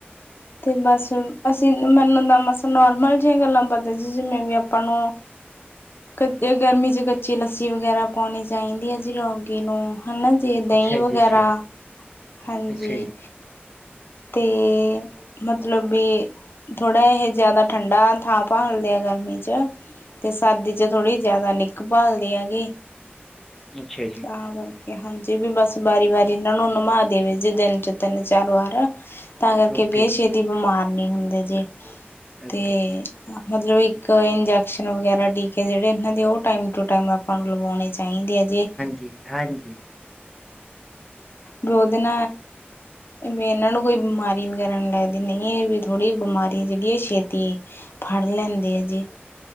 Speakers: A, on the left; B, in the centre.
A: ਤੇ ਬਸ ਅਸੀਂ ਮੈਨੂੰ ਤਾਂ ਮਸਾਂ ਨੋਰਮਲ ਜਿਹੀਆਂ ਗੱਲਾਂ ਪਤਾ ਸੀ ਜਿਵੇਂ ਵੀ ਆਪਾਂ ਨੂੰ ਕਦੇ ਗਰਮੀ 'ਚ ਕੱਚੀ ਲੱਸੀ ਵਗੈਰਾ ਪਾਉਣੀ ਚਾਹੀਦੀ ਹੈ ਜੀ ਰੌਗੀ ਨੂੰ ਹਨਾ ਜੀ ਦਹੀਂ
B: ਅੱਛਾ
A: ਵਗੈਰਾ,
B: ਜੀ ਅੱਛਾ
A: ਹਾਂਜੀ
B: ਅੱਛਾ ਜੀ
A: ਤੇ ਮਤਲਬ ਵੀ ਥੋੜਾ ਇਹ ਜਿਆਦਾ ਠੰਡਾ ਥਾਂ ਥਾਂ ਹਲਦੇ ਆ ਗਰਮੀ 'ਚ ਤੇ ਸਰਦੀ 'ਚ ਥੋੜ੍ਹੀ ਜ਼ਿਆਦਾ ਨਿੱਘ ਭਾਲਦੀ ਹੈਗੀ
B: ਅੱਛਾ ਜੀ
A: ਤਾਂ ਕਰਕੇ। ਹਾਂਜੀ ਵੀ, ਬਸ ਵਾਰੀ-ਵਾਰੀ ਇਹਨਾਂ ਨੂੰ ਨਮਾ ਦੇਵੇ ਜੇ ਦਿਨ 'ਚ ਤਿੰਨ-ਚਾਰ ਵਾਰ। ਤਾਂ ਕਰਕੇ
B: ਓਕੇ
A: ਬੇ ਛੇਤੀ
B: ਜੀ
A: ਬਿਮਾਰ ਨੀਂ ਹੁੰਦੇ ਜੇ।
B: ਓਕੇ
A: ਤੇ ਮਤਲਬ ਇੱਕ ਇੰਜੈਕਸ਼ਨ ਵਗੈਰਾ, ਟੀਕੇ ਜਿਹੜੇ ਇਨਾਂ ਦੇ ਓ ਟਾਈਮ ਟੂ ਟਾਈਮ ਅਪ ਅਪਾਂ ਨੂੰ ਲਗਵਾਉਣੇ ਚਾਈਦੇ ਐ ਜੀ।
B: ਜੀ ਹਾਂਜੀ।
A: ਬ੍ਰੋਦਨ ਵੀ ਇਨਾਂ ਨੂੰ ਕੋਈ ਬਿਮਾਰੀ ਵਗੈਰਾ ਨੀਂ ਲੱਗਦੀ, ਨਹੀਂ ਇਹ ਵੀ ਥੋੜ੍ਹੀ ਬਿਮਾਰੀ ਜਿਹੜੀ ਏ ਛੇਤੀ ਫੜ ਲੈਂਦੇ ਜੀ।